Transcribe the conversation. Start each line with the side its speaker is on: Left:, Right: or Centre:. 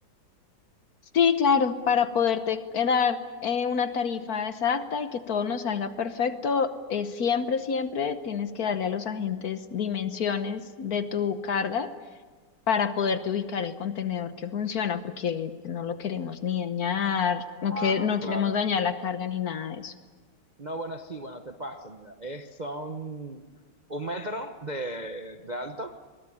Left: Sí, claro, para poderte eh, dar eh, una tarifa exacta y que todo nos salga perfecto, eh, siempre, siempre tienes que darle a los agentes dimensiones de tu carga para poderte ubicar el contenedor que funciona, porque no lo queremos ni dañar, no,
Right: Ah,
Left: que,
Right: no,
Left: no
Right: claro.
Left: queremos dañar la carga ni nada de eso.
Right: No, bueno, sí, bueno, te paso, mira, es, son un metro de, de alto